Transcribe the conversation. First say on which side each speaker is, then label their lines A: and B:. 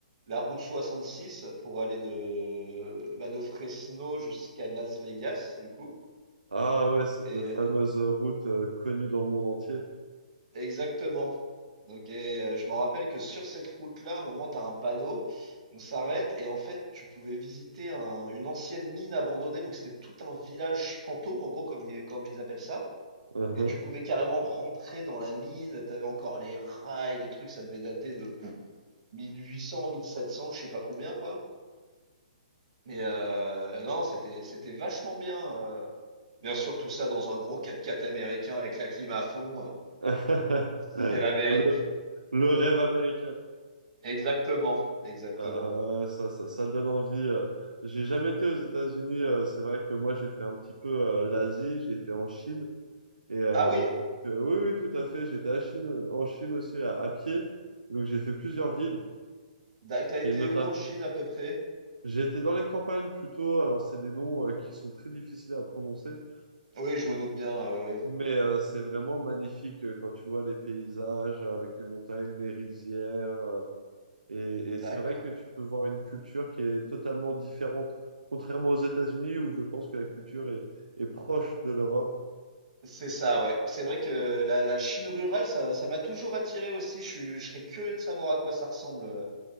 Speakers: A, on the right (about 55°); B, on the right (about 80°).
A: la route 66 pour aller de, bah, de Fresno jusqu'à Las Vegas du coup
B: Ah ouais, cette
A: et
B: fameuse
A: heu
B: route euh, connue dans le monde entier.
A: exactement. Donc et heu, je me rappelle que sur cette route-là, à un moment, tu as un panneau, on s'arrête et en fait, tu pouvais visiter un une ancienne mine abandonnée, donc c'était tout un village fantôme en gros comme ils comme ils appellent ça
B: Uhum.
A: Et tu pouvais carrément rentrer dans la mine, T'avais encore les rails, les trucs, ça devait dater de pff, 1800, 1700, je sais pas combien, quoi. Mais euh, non, c'était c'était vachement bien. euh. Bien sûr, tout ça dans un gros quatre-quatre américain avec la clim à fond, euh,
B: <laughs>
A: c'est
B: Le,
A: l'Amérique.
B: le rêve américain.
A: Exactement, exactement.
B: Ah, ah, ça, ça, ça donne envie. euh. J'ai jamais été aux États-Unis. euh, C'est vrai que moi, j'ai fait un petit peu euh, l'Asie. J'ai été en Chine. Et euh,
A: Ah oui?
B: donc, euh, oui, oui, tout à fait. J'étais à Chine, en Chine aussi à, à pied. Et donc j'ai fait plusieurs villes.
A: D'ac- T'as été
B: Et notamment,
A: où en Chine à peu près?
B: j'ai été dans les campagnes plutôt. Alors c'est des noms euh, qui sont très difficiles à prononcer.
A: Oui, je
B: Et-
A: me doute bien. euh, oui.
B: Mais euh, c'est vraiment magnifique euh, quand tu vois les paysages euh, avec les montagnes, les rizières. euh, et
A: D'accord.
B: et c'est vrai que tu peux voir une culture qui est totalement différente. Contrairement aux États-Unis, où je pense que la culture est, est proche de l'Europe,
A: C'est ça, ouais. C'est vrai que la, la Chine rurale, ça, ça m'a toujours attiré aussi. Je, suis- je serais curieux de savoir à quoi ça ressemble. euh.